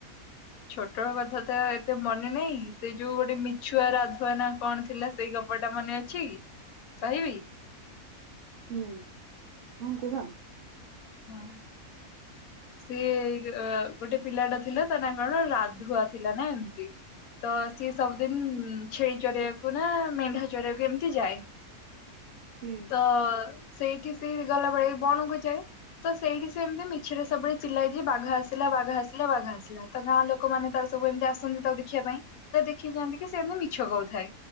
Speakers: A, on the left (about 70°); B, on the right (about 65°).
A: ଛୋଟ କଥା ତ ଏତେ ମନେ ନାହିଁ ସେ ଯୋଉ ଗୋଟେ ମିଛୁଆ ରାଧୁଆ ନା କଣ ଥିଲା ସେଇ ଗପଟା ମନେ ଅଛି କି କହିବି?
B: ହୁଁ <unintelligible> ହଁ କୁହ।
A: ହଁ ସିଏ ଗୋଟେ ପିଲାଟା ଥିଲା ତା ନା କଣ ରାଧୁଆ ଥିଲା ନା ଏମିତି ତ ସିଏ ସବୁଦିନ ହୁଁ, ଛେଳି ଚରିଆକୁ ନା ମେଣ୍ଢା ଚରିଆକୁ ଏମିତି ଯାଏ
B: ହୁଁ
A: ତ ସେଇଠି ସିଏ ଗଲାବେଳେ ବଣକୁ ଯାଏ ତ ସେଇଠି ସେମି଼ତି ମିଛରେ ସବୁବେଳେ ଚିଲାଇ ଯେ ବାଘ ଆସିଲା, ବାଘ ଆସିଲା, ବାଘ ଆସିଲା ତ ଗାଁ ଲୋକମାନେ ତାର ସବୁ ଏମିତି ଆସନ୍ତି ତାକୁ ଦେଖିବା ପାଇଁ ଦେଖିଯାଆନ୍ତି କି ସେମତି ମିଛ କହୁଥାଏ